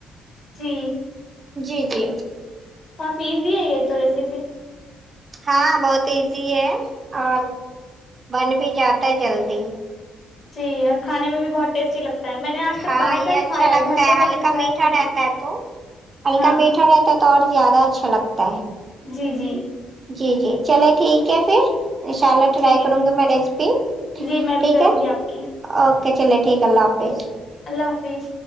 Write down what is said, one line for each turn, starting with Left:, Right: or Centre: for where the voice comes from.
Left: جی
Right: جی جی
Left: کافی ایزی ہے یہ تو ریسیپی
Right: ہاں بہت ایزی ہے اور بن بھی جاتا ہے جلدی
Left: جی اور کھانے میں بھی بہت ٹیسٹی لگ میں نے آج
Right: ہاں
Left: تک باہر
Right: یہ
Left: کا ہی
Right: اچھا
Left: کھایا
Right: لگتا
Left: ہے گھر پہ
Right: ہلکا
Left: کبھی ٹرائی
Right: میٹھا
Left: نہیں
Right: رہتا
Left: کیا
Right: ہے تو ہلکا
Left: ہاں
Right: میٹھا رہتا تو اور زیادہ اچھا لگتا ہے
Left: جی جی
Right: جی جی چلے ٹھیک ہے پھر انشاء اللہ ٹرائی
Left: جی
Right: کروں گی میں ریسیپی
Left: جی میں بھی
Right: ٹھیک
Left: کروں
Right: ہے
Left: گی آپ کی
Right: اوکے چلے ٹھیک ہے اللہ حافظ
Left: اللہ حافظ